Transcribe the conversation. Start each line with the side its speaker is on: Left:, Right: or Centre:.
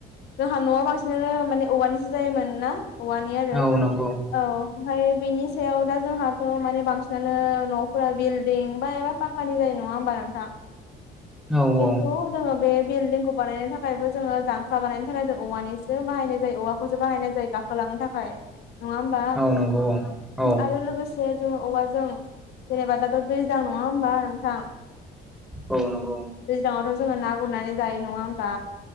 Left: जोंहा न'आव बांसिनानो माने औवानिसो जायोमोन ना औवानि आरो
Centre: औ नंगौ
Left: औ ओमफ्राय बेनि सायाव दा जोंहाथ' माने बांसिनानो न'फोरा बिल्डिं बा एबा फाखानि जायो नङा होम्बा नोंथां
Centre: औ
Left: खिन्थु
Centre: औ
Left: जोङो बे बिल्डिंखौ बानायनो थाखायबो जोङो जांख्ला बानायनो थाखाय जों औवानिसो बाहायनाय जायो औवाखौ सो बाहायनाय जायो गाखोलांनो थाखाय नङा होम्बा
Centre: औ नंगौ औ
Left: आरो लोगोसे जोङो औवाजों जेनेबा दाथ' दैज्लां नङा होम्बा नोंथां
Centre: औ नंगौ।
Left: दैज्लां थ' जोङो ना गुरनानै जायो नङा होमबा